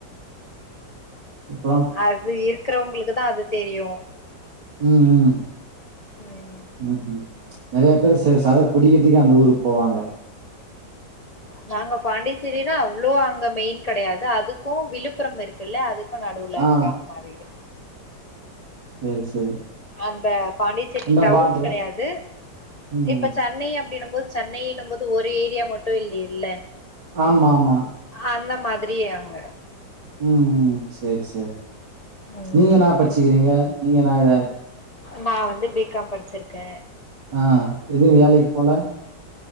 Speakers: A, on the right; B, on the left.
A: அப்புறோ
B: அது இருக்கறவுங்குளுக்குதா அது தெரியு
A: ம் ம்
B: ம்
A: ம்ஹும் நறைய பேரு செ சரக் குடிக்கெதுக்கே அந்த ஊருக்கு போவாங்க
B: நாங்க பாண்டிச்சேரினா அவ்ளோ அங்க மெயின் கெடையாது அதுக்கூ விழுப்புரம் இருக்குல்ல அதுக் க நடூல இருக்கு
A: ஆ
B: அம்மா வீடு
A: செரி சேரி
B: அந்த பாண்டிச்சேரி
A: அந்த
B: டவுன்
A: பாட்ரு
B: கெடையாது
A: ம்
B: இப்ப சென்னை அப் டினும் போது சென்னைனும் போது ஒரு ஏரியா மட்டு இல்லில்ல
A: ஆமாமா
B: அந்த மாதிரி அங்க
A: ம் ம் சேர் சேர்
B: ம்
A: நீங்க என்னா பச்சுக்கிறீங்க நீங்க என்னா இத
B: நா வந்து பி காம் படிச்சிருக்கே
A: ஆ எதுவு வேலைக் போலே